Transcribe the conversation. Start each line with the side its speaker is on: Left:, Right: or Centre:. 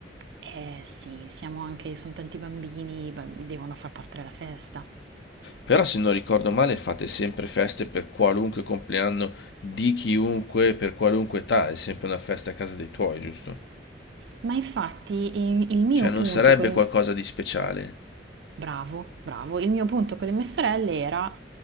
Right: eh sì, siamo anche, sono tanti bambini, beh, devono far parte della festa.
Left: Però se non ricordo male fate sempre feste per qualunque compleanno di chiunque, per qualunque età, è sempre una festa a casa dei tuoi, giusto?
Right: Ma infatti il, il mio
Left: Cioè
Right: punto
Left: non sarebbe
Right: con le
Left: qualcosa di speciale.
Right: Bravo, bravo. Il mio punto con le mie sorelle era,